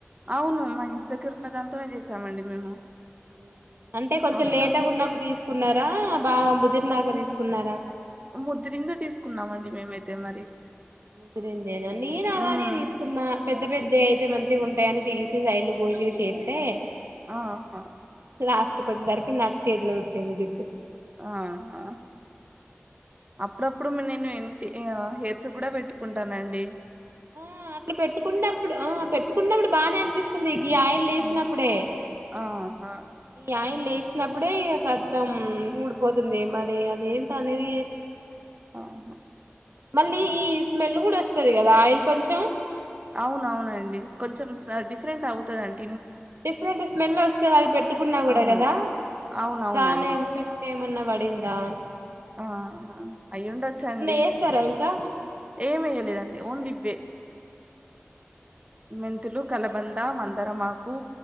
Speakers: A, on the right (about 30°); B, on the right (about 65°).
A: అవును మా ఇంటి దగ్గర ఉన్న దాంతోనే చేసామండి మేము
B: ఊ అంటే కొంచెం
A: అప్పుడు
B: లేతగున్నప్పుడు తీస్ కున్నారా బాగా ముదిరినాక తీసుకున్నారా
A: ముద్దిరిందే తీసుకున్నాం అండి మేమైతే మరి
B: ముదిరిందేనా నేనూ అలానే
A: ఉమ్
B: తీసుకున్నా పెద్ద పెద్దవి అయితే మంచిగా ఉంటాయని తీసి సైడ్ లు కోసేసి ఏత్తే
A: ఆ అ
B: లాస్ట్ కు వచ్చేసరికి నాకు చేతిలో పుట్టింది జుట్టు
A: ఆహా అప్పుడప్పుడు నేను ఎంటి హెయిర్స్ కు కూడా పెట్టుకుంటానండి
B: ఆ అట్లా పెట్టుకున్నప్పుడు ఆ పెట్టుకున్నప్పుడు బానే అనిపిస్తుంది గీ ఆయిల్ లో ఏసినప్పుడే
A: అవును ఆహా
B: ఈ ఆయిల్ లై చేసినప్పుడే ఇగ కత్తం ఊడిపోతుంది మరి అది ఏంటి అనేది
A: ఆహా
B: మళ్ళీ ఈ స్మెల్ కూడా వస్తది కదా ఆయిల్ కొంచెం
A: అవునవునండి కొంచెం స డిఫరెంట్ ఔ తదన్
B: డిఫరెంట్ స్మెల్ వస్తది అది పెట్టుకున్నా కూడా
A: అవును
B: కదా
A: అవునవునండి
B: దాని ఇంఫెక్ట్ ఏమన్నా వడి అడందా
A: ఆ అయి్య ఉండచ్చండి
B: చేస్తారా ఇంకా
A: ఏమియలేదండి ఓన్లీ వే మెంంతలు
B: ఏమి
A: కలబంద
B: చేయలేదు
A: మందార మా కు